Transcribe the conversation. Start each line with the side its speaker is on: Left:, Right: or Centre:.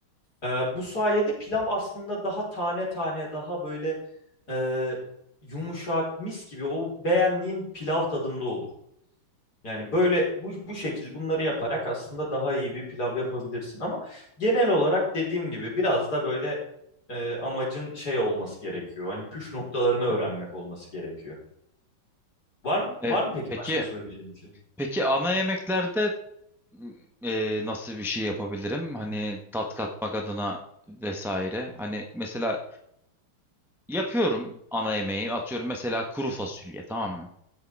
Left: Ee, bu sayede pilav aslında daha tane tane daha böyle e, yumuşak mis gibi o beğendiğin pilav tadında olur. Yani böyle bu, bu şekil bunları yaparak aslında daha iyi bir pilav yapabilirsin ama genel olarak dediğim gibi biraz da böyle e, amacın şey olması gerekiyor. Hani püf noktalarını öğrenmek olması gerekiyor. Var mı, var
Centre: E,
Left: mı peki
Centre: peki
Left: başka söyleyeceğim bir şey?
Centre: peki ana yemeklerde m, e, nasıl bir şey yapabilirim? Hani tat katmak adına vesaire. Hani mesela yapıyorum ana yemeği. Atıyorum mesela kuru fasulye tamam mı?